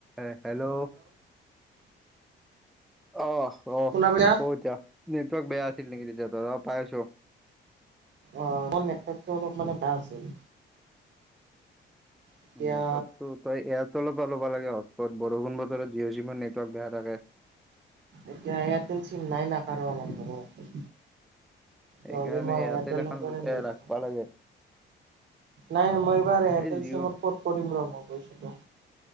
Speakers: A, in the centre; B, on the right (about 65°).
A: এ hello আহ অহ
B: শুনা পাইছা?
A: ক এতিয়া? নেটৱৰ্ক বেয়া আছিল নেকি তেতিয়া তৰা পাইছোঁ।
B: অ নেটৱৰ্কটো অলপ মানে বেয়া আছিল। এতিয়া
A: নেটৱৰ্কটো তই এয়াৰটেলৰ পৰা ল'ব লাগে হজপোট বৰষুণ বতৰত জিঅ' চিমৰ নেটৱৰ্ক বেয়া থাকে।
B: এতিয়া এয়াৰটেল চিম নাই না কাৰো আমাৰ ঘৰত।
A: সেইকাৰণে
B: নহ'লে মই
A: ইয়াতেল
B: এয়াৰটেলৰ
A: এখন
B: পৰাই ল'লো
A: এ ৰাখিবা
B: হয়।
A: লাগে।
B: নাই
A: অ
B: নাই মই এইবাৰ এয়াৰটেল
A: এই জিঅ'
B: চিমত পৰ্ট কৰিম ৰ মই গৈছিলো।